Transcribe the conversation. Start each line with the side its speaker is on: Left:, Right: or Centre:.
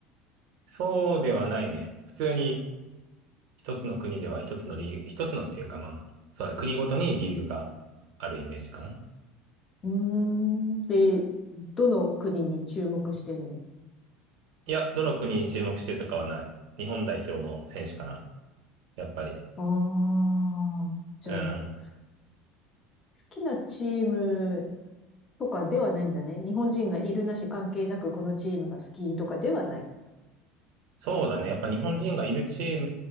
Right: そうではないね。普通に一つの国では一つのリーグ、一つのっていうかまあ、そうだね、国ごとにリーグがあるイメージかな。
Left: うーん。で、どの国に注目してんの
Right: いや、どの国に注目してるとかはない。日本代表の選手かな。やっぱり。
Left: ああー、じゃあ、
Right: うん。
Left: す好きなチームとかではないんだね。日本人がいるなし関係なくこのチームが好きとかではない。
Right: そうだね。やっぱ日本人がいるチー